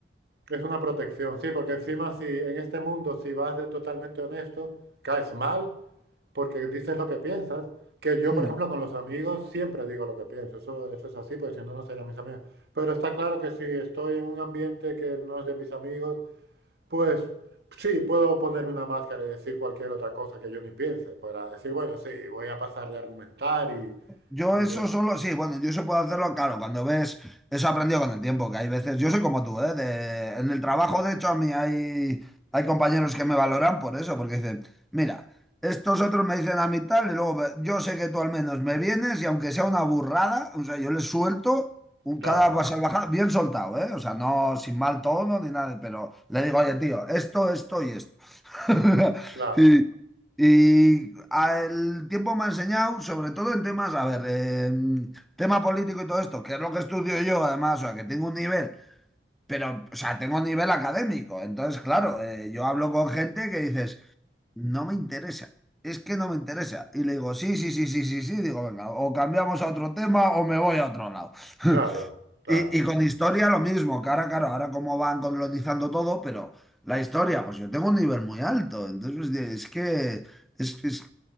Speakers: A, on the right; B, in the centre.
A: es una protección, sí, porque encima si en este mundo si vas de totalmente honesto, caes mal. Porque dices lo que piensas. Que yo,
B: <laughs>
A: por ejemplo, con los amigos siempre digo lo que pienso. Eso, eso es así, porque si no, no serían mis amigos. Pero está claro que si estoy en un ambiente que no es de mis amigos, pues sí, puedo ponerme una máscara y decir cualquier otra cosa que yo ni piense. Para decir, bueno, sí, voy a pasar de argumentar y,
B: Yo
A: y
B: eso
A: de...
B: solo, sí, bueno, yo eso puedo hacerlo, claro, cuando ves, eso he aprendido con el tiempo, que hay veces, yo soy como tú, ¿eh? De- en el trabajo, de hecho, a mí hay, hay compañeros que me valoran por eso, porque dicen, mira, estos otros me dicen a mí tal, y luego ve- yo sé que tú al menos me vienes y aunque sea una burrada, o sea, yo les suelto un
A: Claro,
B: cada salvajada bien soltado, ¿eh? O sea, no sin mal tono ni nada, pero le digo, oye, tío, esto, esto y esto. <laughs>
A: claro,
B: Y, y a- el tiempo me ha enseñado, sobre todo en temas, a ver, em, tema político y todo esto, que es lo que estudio yo además, o sea, que tengo un nivel, pero, o sea, tengo un nivel académico. Entonces, claro, eh, yo hablo con gente que dices, no me interesa, es que no me interesa. Y le digo, sí, sí, sí, sí, sí, sí, digo, venga, o cambiamos a otro tema o me voy a otro lado. <laughs>
A: claro, claro.
B: Y, y con historia lo mismo, que ahora, claro, ahora como van colonizando todo, pero la historia, pues yo tengo un nivel muy alto, entonces, pues, de- es que... Es, es-